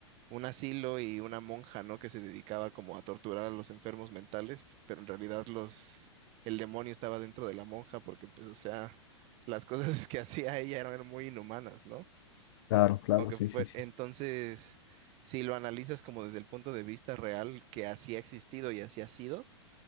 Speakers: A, on the right; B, on the left.
A: un asilo y una monja, ¿no? Que se dedicaba como a torturar a los enfermos mentales, pero en realidad los, el demonio estaba dentro de la monja porque, pues, o sea, las cosas <laughs> que hacía ella eran muy inhumanas, ¿no?
B: Claro, claro,
A: Aunque
B: sí,
A: fue,
B: sí, sí.
A: entonces, si lo analizas como desde el punto de vista real que así ha existido y así ha sido,